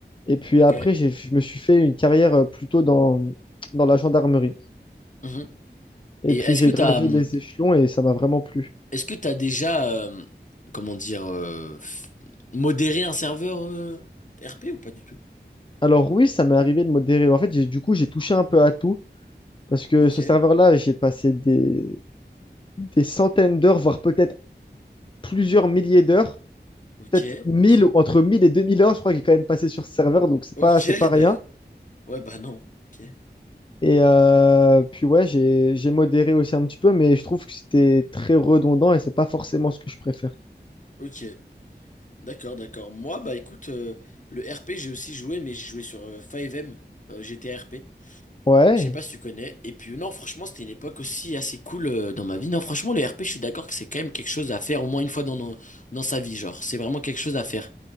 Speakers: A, on the left; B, on the left.
A: Et puis après,
B: Ok.
A: j'ai, je me suis fait une carrière euh, plutôt dans, dans la gendarmerie.
B: Mhm.
A: Et
B: Et
A: puis
B: est-ce
A: j'ai
B: que t'as,
A: gravi
B: hum,
A: les échelons et ça m'a vraiment plu.
B: est-ce que t'as déjà, euh, comment dire, euh, f- modéré un serveur euh, RP ou pas du tout?
A: Alors oui, ça m'est arrivé de modérer. En fait, j'ai- du coup, j'ai touché un peu à tout parce que
B: Ok,
A: ce serveur-là, j'ai passé des, des centaines d'heures, voire peut-être plusieurs milliers d'heures
B: ok,
A: peut-être mille
B: ok.
A: ou entre 1000 et 2000 heures, je crois, qui est quand même passé sur ce serveur, donc c'est
B: Ok,
A: pas, c'est
B: <laughs>
A: pas rien.
B: d'accord. Ouais, bah non. Ok.
A: Et euh, puis ouais, j'ai, j'ai modéré aussi un petit peu, mais je trouve que c'était très redondant et c'est pas forcément ce que je préfère.
B: Ok. D'accord, d'accord. Moi, bah écoute, euh, le RP, j'ai aussi joué, mais j'ai joué sur euh, 5M, euh, GTRP.
A: Ouais.
B: Je sais pas si tu connais. Et puis non, franchement, c'était une époque aussi assez cool euh, dans ma vie. Non, franchement, le RP, je suis d'accord que c'est quand même quelque chose à faire au moins une fois dans, dans, dans sa vie, genre. C'est vraiment quelque chose à faire.